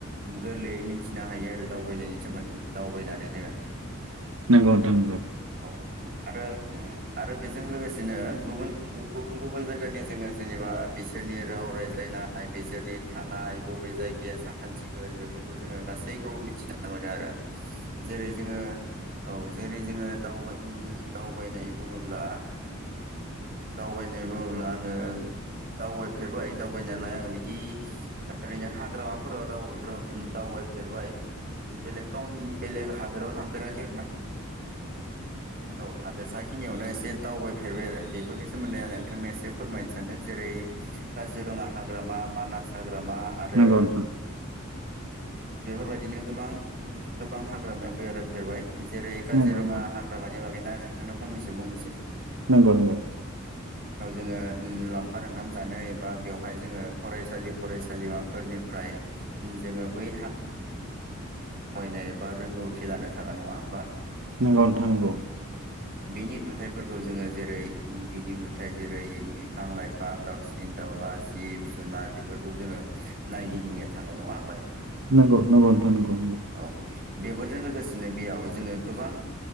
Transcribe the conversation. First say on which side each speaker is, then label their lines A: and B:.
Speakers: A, on the right; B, on the right.
A: गोरलैयै मिथिनो हायो आरो दावबायनायनि सोमोन्दै दावबायनानै जोङो
B: नंगौ नोंथां नंगौ
A: औ आरो आरो बेजों लोगोसेनो गुबुन गुबुन गुबुन जाय जायगानि जोङो जेनेबा बिसोरनि राव रायज्लायनाय बिसोरनि थानाय बबे जायगाया साखोन सिगोन बेफोरखौ जोङो गासैखौबो मिथिना मोनो आरो जेरै जोङो औ जेरै जोङो दावबायनाय बुङोब्ला दावबायनाय बुङोब्ला आङो दावबायफेरबाय दावबायनायालाय आङो बिदि ओरैनो हाग्रामाफोराव दाव दावबायफेरबाय बेलेकाव बेलेग हा राव थांफेराखै आरो ना औ हादोरसा खिनियावनो एसे दावबाय फेरबाय आरो बेफोरनि सोमोनदै आं नोंथांनो इसे <unintelligible> जेरै काजिरङा हाग्रामा माना हाग्रामा आरो
B: नंगौ नोंथां नंगौ नोंथां नंगौ नोंथां नंगौ औ नोंथां नंगौ नोंथां
A: बेफोरबायदिनो गोबां गोबां हाग्रामायाव बेरायफेरबाय जेरै काजिरङा
B: नंगौ औ नंगौ नोंथां औ नंगौ नोंथां नंगौ नोंथां
A: हाग्रामानि बागैना नोंथांनो फंनैसो बुंनोसै
B: नंगौ नंगौ
A: <unintelligible> खार ओंखाम जानो एबा बेवहाय जोङो फरायसालि फरायसालिमाफोरनिफ्राय जोङो बै हा यनो एबा रोंगौथि लानो थाङो नङा होमबा
B: नंगौ नोंथां नंगौ
A: बेनि नुथायफोरखौ जोङो जेरै बिनि नुथाइ जेरै बिफां लाइफां दावसिन दाउला जिब जुनार बेफोरखौ जोङो नायगिदिंनो थाङो नङा होमबा नों
B: नंगौ नंगौ नोंथां नंगौ
A: औ बेफोरजों लोगोसेनो बेयाव जोङो गोबां